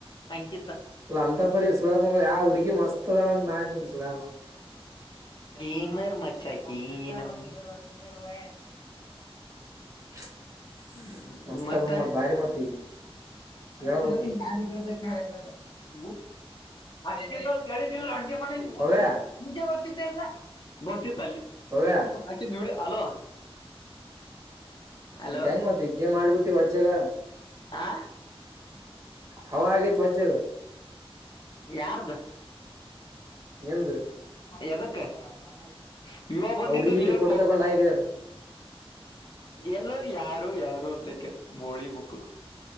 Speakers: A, on the left; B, on the right.
A: ಅಂಕಿತ
B: ಅಲ್ಲ ಅಂತಪ್ಪರಿೀ ಸುಳ ಯಾವ ಹುಗಿ ಮಸ್ತ್ದಳ ಅಂತ ಮಾಡತಿನಿ ಸುಳ
A: ೀಮರ್ ಮಚಾಕಿ <unintelligible> <unintelligible>
B: <unintelligible>
A: ಹ್ಮ
B: ಮಸ್ತ್
A: ಮತ್ತೆ
B: ಅಪ ಮತ್ ಬಾರಿ ಮತ್ ಈಗ ಹೇಳ್ಬೇಕ್
A: <unintelligible>
B: ಈಗ ಪವ್ಯ
A: <unintelligible> <unintelligible> ಗೊತ್ತಲ್ಲ ಗೊತ್ತಿತ್ತ ಅಲ್ಲಿ
B: ಪವ್ಯ
A: ಮು ಹಾಕಿ ನೋಡಿ ಅಲೋ ಅಲೋ
B: ಮತ್ತ ಹೆಂಗ ಮತ್ ಈಗೇ ಮಾಡ್ಬಿಟ್ಟಿ ವಜ್ಜಾಗ
A: ಆ
B: ಹವ ಆಗ ತವ ಜೆಗ
A: ಯಾರ್ದ
B: ನಿಂದ್
A: ಎದೂಕು <unintelligible> ಇವಾಗ ಬಂದಿದ್ದು
B: ಆ ಹುಡ್ಗಿ ಜೊತೆ
A: ಲೇಪ್
B: ಫೋಟೋ ತಗೊಂಡ್ ಆಗಿದಲ್ಲ
A: ಎಲ್ಲ ಯಾರು ಯಾರು ಅಂತಕಾರ ಬೋಳಿ ಮಕ್ಕಳು